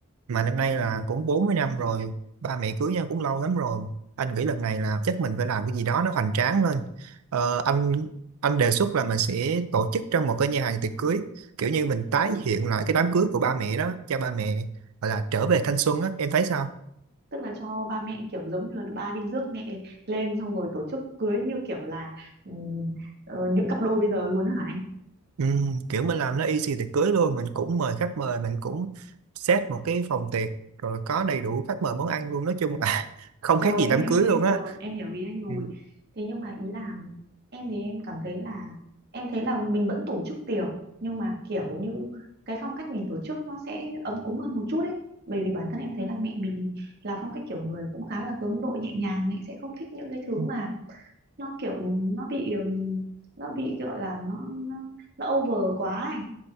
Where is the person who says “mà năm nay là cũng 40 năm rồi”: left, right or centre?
Right